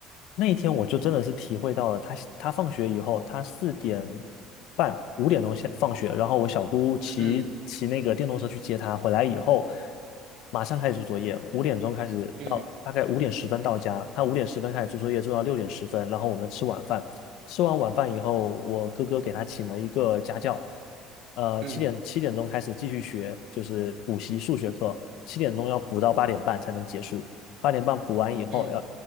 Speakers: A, on the left (about 60°); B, on the right (about 50°).
A: 那一天我就真的是体会到了他，他放学以后，他四点半、五点钟下放学，然后我小姑骑骑那个电动车去接他，
B: 嗯
A: 回来以后马上开始做作业，五点钟开始到，
B: 嗯
A: 大概五点十分到家，他五点十分开始做作业，做到六点十分，然后我们吃晚饭。吃完晚饭以后，我哥哥给他请了一个家教，呃，
B: 嗯
A: 七点七点钟开始继续学，就是补习数学课，七点钟要补到八点半才能结束。八点半补完以后，
B: 嗯，
A: 要